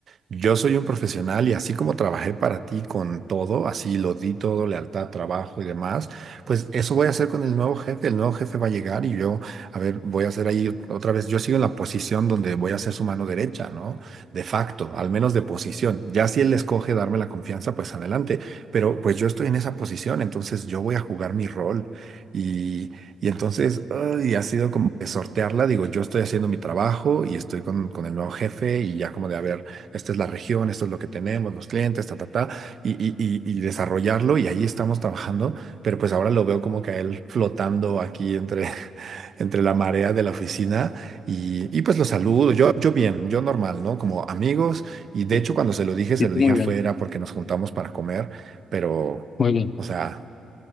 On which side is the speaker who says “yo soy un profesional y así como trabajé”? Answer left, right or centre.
Right